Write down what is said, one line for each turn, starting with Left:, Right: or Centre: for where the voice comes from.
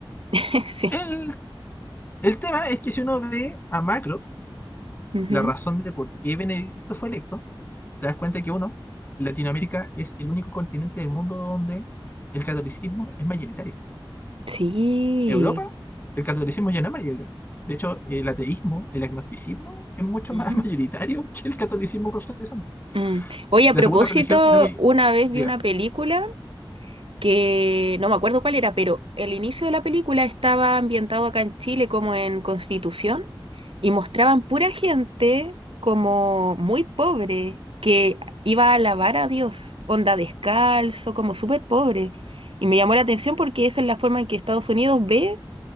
Right: <laughs> sí.
Left: El, el tema es que si uno ve a Macro,
Right: Ujú.
Left: la razón de por qué Benedicto fue electo, te das cuenta que uno, Latinoamérica es el único continente del mundo donde el catolicismo es mayoritario.
Right: Sí.
Left: Europa, el catolicismo ya no es mayoritario. De hecho, el ateísmo, el agnosticismo es mucho
Right: Ujú.
Left: más <laughs> mayoritario que el catolicismo protestante.
Right: Mm. Oye, a
Left: La
Right: propósito,
Left: segunda religión, si no me
Right: una vez vi
Left: diga,
Right: una película que no me acuerdo cuál era, pero el inicio de la película estaba ambientado acá en Chile como en Constitución y mostraban pura gente como muy pobre que iba a alabar a Dios, onda descalzo, como súper pobre. Y me llamó la atención porque esa es la forma en que Estados Unidos ve